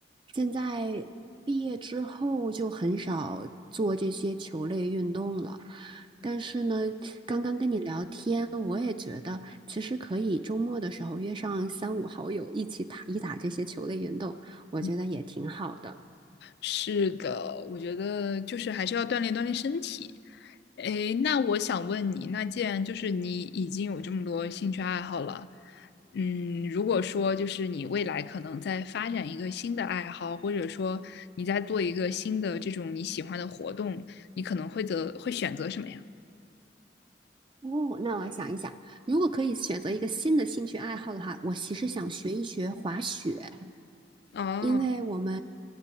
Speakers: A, on the right; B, on the left.
A: 现在毕业之后就很少做这些球类运动了。但是呢，刚刚跟你聊天，我也觉得其实可以周末的时候约上三五好友一起打一打这些球类运动，我觉得也挺好的。
B: 嗯是的，我觉得就是还是要锻炼锻炼身体。诶，那我想问你，那既然就是你已经有这么多兴趣爱好了，嗯，如果说就是你未来可能在发展一个新的爱好，或者说你在做一个新的这种你喜欢的活动，你可能会择会选择什么呀？
A: 哦，那我想一想，如果可以选择一个新的兴趣爱好的话，我其实想学一学滑雪。
B: 哦，
A: 因为我们